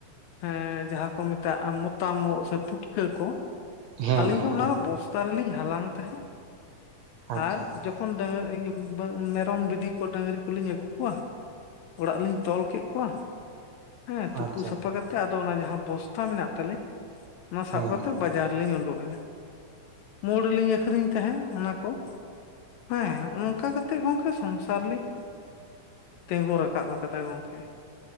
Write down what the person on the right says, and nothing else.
ᱦᱮᱸ
ᱦᱮᱸ
ᱟᱪᱪᱷᱟ
ᱟᱪᱪᱷᱟ
ᱟᱪᱪᱷᱟ
ᱦᱮᱸ